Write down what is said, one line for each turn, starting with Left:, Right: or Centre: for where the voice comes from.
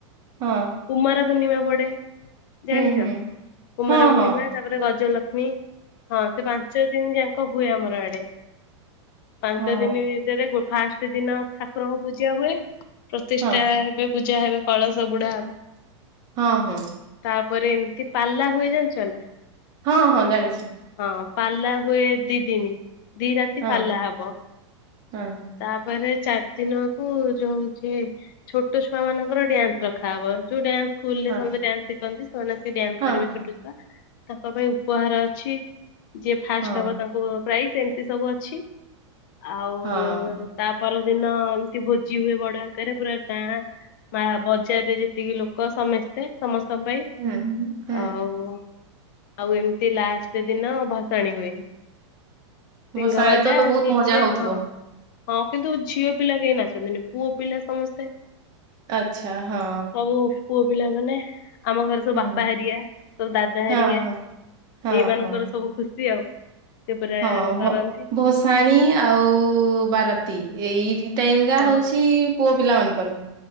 Right: ହଁ।
Left: କୁମାର ପୂର୍ଣ୍ଣିମା ପଡେ ଜାଣିଛ
Right: ହୁଁ ହୁଁ
Left: କୁମାର
Right: ହଁ
Left: ପୂର୍ଣ୍ଣିମା
Right: ହଁ
Left: ତାପରେ ଗଜଲକ୍ଷ୍ମୀ ହଁ ସେ ପାଞ୍ଚ ଦିନ ଯାକ ହୁଏ ଆମର ଆଡେ। ପାଞ୍ଚ
Right: ହଁ
Left: ଦିନ ଭିତରେ ଗୋ ଫାଷ୍ଟ ଦିନ ଠାକୁରଙ୍କ ପୂଜା ହୁଏ ପ୍ରତିଷ୍ଠା
Right: ହଁ
Left: ହେବେ। ପୂଜା ହେବେ କଳସ ବୁଡା ହବ।
Right: ହଁ ହଁ।
Left: ତାପରେ ଏମତି ପାଲା ହୁଏ ଜାଣିଛ ନା।
Right: ହଁ ହଁ ଜାଣିଛି।
Left: ହଁ ପାଲା ହୁଏ ଦି ଦିନ ଦି ରାତି
Right: ହଁ
Left: ପାଲା ହବ।
Right: ହଁ।
Left: ତାପରେ ଚାରି ଦିନ କୁ ଯୋଉ ହଉଚି ଛୋଟ ଛୁଆ ମାନଙ୍କର ଡ୍ୟାନ୍ସ ରଖାହବ। ଯୋଉ ଡ୍ୟାନ୍ସ ସ୍କୁଲ
Right: ହଁ
Left: ରେ ସମସ୍ତେ ଡ୍ୟାନ୍ସ ଶିଖନ୍ତି ସେମାନେ ଆସି ଡ୍ୟାନ୍ସ
Right: ହଁ
Left: କରିବେ
Right: ହଁ
Left: ଛୋଟ ତାଙ୍କ ପାଇଁ ଉପହାର ଅଛି ଯିଏ ଫାଷ୍ଟ
Right: ହଁ
Left: ହବ ତାଙ୍କ ପୁଅ ପ୍ରାଇସ୍ ଏମିତି ସବୁ ଅଛି ଆଉ
Right: ହଁ
Left: ତା ପରଦିନ ଏମ୍ତି ଭୋଜି ହୁଏ ବଡ ଆକାରେ ପୁରା ଗାଁ ମା ବଜାରରେ ଯେତିକି ଲୋକ ସମେସ୍ତେ ସମସ୍ତଙ୍କ ପାଇଁ
Right: ହୁଁ-ହୁଁ।
Left: ଆଉ ଆଉ ଏମ୍ତି ଲାଷ୍ଟେ ଦିନ ଭସାଣି ହୁଏ। ସିନ୍ଘବାଜା
Right: ଗୋସାଳେ ତ ତ ବହୁତ
Left: ଡିଜେ
Right: ମଜା ହଉଥିବ।
Left: ହଁ। ହଁ କିନ୍ତୁ ଝିଅ ପିଲା କେହି ନାଚନ୍ତିନି, ପୁଅ ପିଲା ସମସ୍ତେ
Right: ଆଚ୍ଛା ହଁ।
Left: ସବୁ ପୁଅ ପିଲା ମାନେ ଆମ ଘରେ ସବୁ
Right: ହୁଁ
Left: ବାପା ହରିକା ସବୁ ଦାଦା
Right: ହଁ
Left: ହରିକା
Right: ହଁ ହଁ
Left: ଏଇ ମାନଙ୍କର
Right: ହଁ
Left: ସବୁ ଖୁସି ଆଉ, ସେ ପୁରା
Right: ହଁ
Left: କରନ୍ତି।
Right: <unintelligible> ଆଉ ବାରାତି ଏଇ <unintelligible>
Left: ହଁ
Right: ହଉଛି ପୁଅ ପିଲା ମାନଙ୍କର।